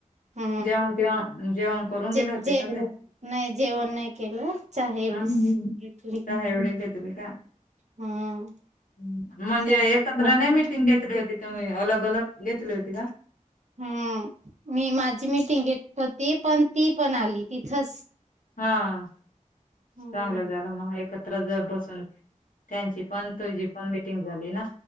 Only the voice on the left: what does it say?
जेवण केव्हा जेवण करून
गेले होते का
ते
हं
चहा एवढे घेतले का?
म्हणजे
एकत्र नाही मिटिंग घेतली होती तुम्ही, अलग, अलग घेतली होती का?
हा
चांगलं झालं म एकत्र ज बसून त्यांची पण तुझी पण मिटिंग झाली ना